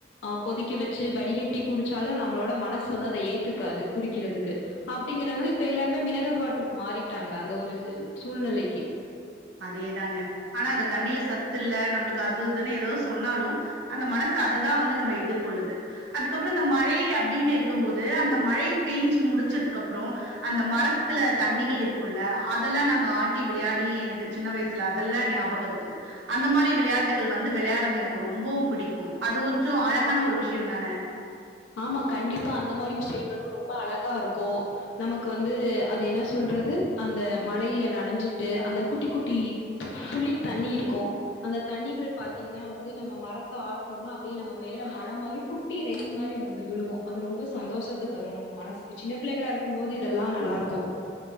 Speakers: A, on the left (about 85°); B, on the right (about 85°).
A: ஆ கொதிக்க வச்சு வடிகட்டி குடிச்சாலு நம்மளோட மனசு வந்து அத ஏத்துக்காது குடிக்கிறதுக்கு அப்டிங்கிறனால இப்ப எல்லாருமே மினரல் வாட் டர்க்கு மாறிட்டாங்க அந்த ஒரு செ சூழ்நிலைக்கி
B: அதேதாங்க ஆனா அந்த தண்ணியில சத்து இல்ல நம்மளுக்கு அது இதுன்னு ஏதோ சொன்னாலு அந்த மனசு அததா வந்து நம்ம எதிர்கொள்ளுது அதுக்கப்புற இந்த மழை அப்டின்னு இருக்கும்போது அந்த மழை பேஞ்சு முடிச்சதுக்கு அப்றோ அந்த மரத்துல தண்ணிகள் இருக்கும்ல அதெல்லா நாங்க ஆட்டி விளையாடி எனக் கு சின்ன வயசுல அதெல்லா ஞாபகோ இருக்கு அந்த மாரி விளையாட்டுகள் வந்து விளையாடுறது எனக்கு ரொம்பவும் பிடிக்கும் அது கொஞ்சோ அழகான ஒரு விஷயம்தான?
A: ஆமா கண்டிப்பா அந்த மாரி விஷய ங்களு ரொம்ப அழகா இருக்கு நமக்கு வந்து அது என்ன சொல்றது அந்த மழையில நனைஞ்சிட்டு அந்த குட்டி குட்டி து துளி தண்ணி இருக்கு அந்த தண்ணிகள் பாத்தீங்கன்னா வந்து நம்ம மரத்த ஆட்னோன்னா அப்டியே நம்ம மேல மழ மாரி குட்டி ரெயின் மாரி வ ந்து விழுகு அது ரொம்ப சந்தோஷத்த தரு நம்ம மனசுக்கு சின்ன பிள்ளைகளா இருக்கும் போது இதெல்லா நல்லா இருக்கு